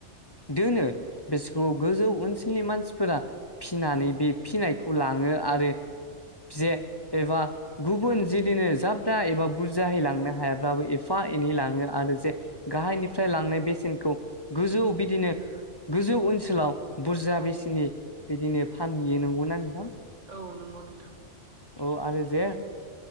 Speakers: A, on the left; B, on the right.
A: दोनो बिसोरखौ गोजौ ओनसोलनि मानसिफोरा फिनानै बे फिनायखौ लाङो आरो ओ जे एबा गुबुन जिदिनो जाब एबा बुरजाहै लांनो हायाब्लाबो एफा एनै लाङो आरो जेखौ गाहायनिफ्राय लांनाय बेसेनखौ गोजौ बिदिनो गोजौ ओनसोलाव बुरजा
B: औ
A: बिसनि बिदिनो फानहैयो नंगौना नोंथां ओ
B: औ नंगौ नोंथां।
A: औ आरो जे